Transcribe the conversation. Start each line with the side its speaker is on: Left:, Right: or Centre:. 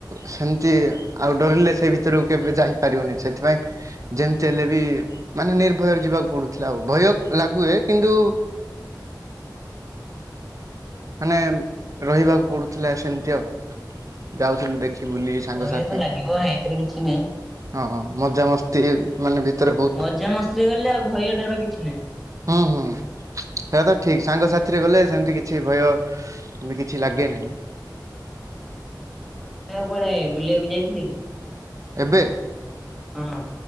Right: ସେମିତି ଆଉ ଡରିଲେ ସେ ଭିତରକୁ କେବେ ଯାଇପାରିବନି ସେଥିପାଇଁ ଯେମିତି ହେଲେ ବି ମାନେ ନିର୍ଭୟରେ ଯିବାକୁ ପଡୁଥିଲା ଆଉ ଭୟ ଲାଗୁଏ କିନ୍ତୁ ମାନେ ରହିବାକୁ ପଡୁଥିଲା ସେମିତି ଆଉ। ଯାଉଥିଲୁ ଦେଖି ବୁଲି ସାଙ୍ଗସାଥି
Centre: ଭୟ ତ ଲାଗିବ ଏଥିରେ କିଛି ନାହିଁ।
Right: ହଁଁ ହଁ ମଜାମସ୍ତି ଟି ମାନେ ଭିତରେ ବ୍
Centre: ମଜାମସ୍ତି ରେ ଗଲେ ଆଉ ଭୟ ଡର କିଛି ନାହିଁ।
Right: ହୁଁ ହୁଁ ସେଇଟା ତ ଠିକ ସାଙ୍ଗ ସାଥିରେ ଗଲେ ସେମିତି କିଛି କିଛି ଭୟ ବି କିଛି ଲାଗେ ନାହିଁ।
Centre: ଏବେ ଆଉ କୁଆଡେ ବୁଲିବାକୁ ଯାଇଥିଲ କି?
Right: ଏବେ?
Centre: ହଁ।